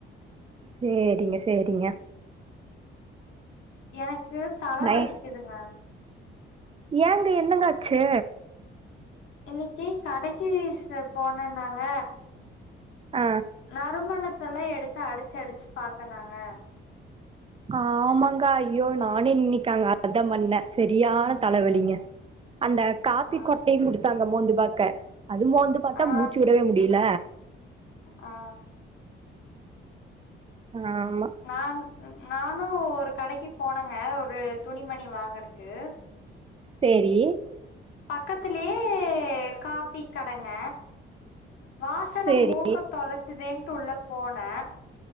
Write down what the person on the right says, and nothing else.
சேரிங்க சேரிங்க
நை
ஏங்க என்னங்காச்சு
ஆ
ஆமாங்க ஐயோ நானே இன்னிக் அங்க அதா பண்ண செரியான தலவலிங்க அந்த காப்பி
கொட்டையு குடுத்தாங்க மோந்து பாக்க அது மோந்து பாத்தா
மூச்சி வுடவே முடியில
ஆமா
சேரி
சேரி